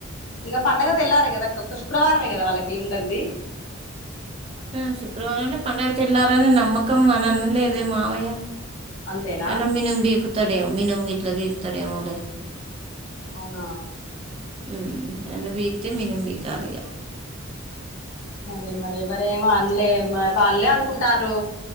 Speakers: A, on the left; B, on the right.
A: ఇంగా పండుగ తెళ్లారే కదా ఒక శుక్రవారమే కదా వాళ్ళకి కేళ్ళి ఉండంది
B: ఆ శుక్రవారం అంటే పండుగ తెల్లరే అని నమ్మకంగా అనలేదే మామయ్య
A: అంతేనా
B: అయన మినము బికుతాడేమో మినుము గిట్ల బికుతాడేమో లే
A: అవునా
B: మ్మ్ ఎమన్నా బీకుతే మినుం బీకాలిగా
A: అరే మరి మరేమో అన్లే మరి వాల్లే అనుకుంటాన్రు